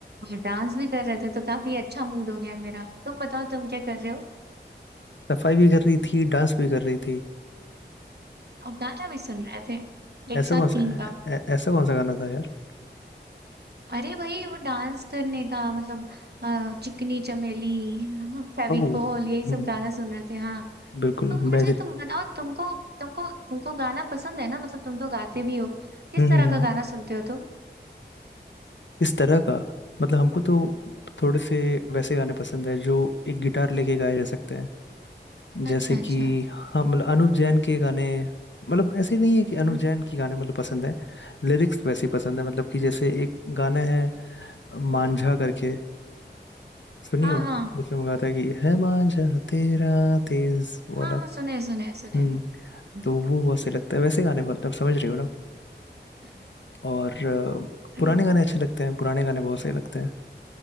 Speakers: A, on the right; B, on the left.
A: और डांस भी कर रहे थे तो काफी अच्छा मूड हो गया मेरा तुम बताओ तुम क्या कर रहे हो
B: सफाई भी कर रही थी डांस भी कर रही थी
A: और गाना भी सुन रहे थे एक
B: ऐसा
A: साथ
B: कौन सा
A: तीन
B: ऐ-
A: काम
B: ऐ- ऐसा कौन सा गाना था यार
A: अरे वही वो डांस करने का मतलब अ, चिकनी चमेली फेविकोल
B: ओह हम्म,
A: यही सब गाना सुन रहे थे हाँ
B: बिल्कुल
A: तुम
B: बेहतरीन
A: अच्छा तुम बताओ तुमको तुमको तुमको गाना पसंद है ना मतलब तुम तो गाते भी हो किस
B: हम्म
A: तरह
B: हम्म,
A: का
B: हम्म।
A: गाना सुनते हो तुम
B: किस तरह का मतलब हमको तो थोड़े से वैसे गाने पसंद है जो एक गिटार लेके गाए जा सकते हैं जैसे
A: अच्छा
B: कि
A: अच्छा
B: हाँ मतलब अनुव जैन के गाने मतलब ऐसे नहीं है कि
A: हम्म
B: अनुव जैन के गाने मतलब पसंद है लिरिक्स वैसे ही पसंद है मतलब कि जैसे एक गाना है मांझा करके सुनियो
A: हाँ हाँ
B: जिसमें वो गाता है कि है मांझा तेरा तेज वाला
A: हाँ हाँ सुने सुने
B: हम्म
A: सुने हम्म,
B: तो वो बहुत सही लगता है वैसे गाने मतलब समझ रही हो ना
A: हम्म।
B: और अ,
A: और
B: पुराने गाने अच्छे लगते हैं पुराने गाने बहुत सही लगते हैं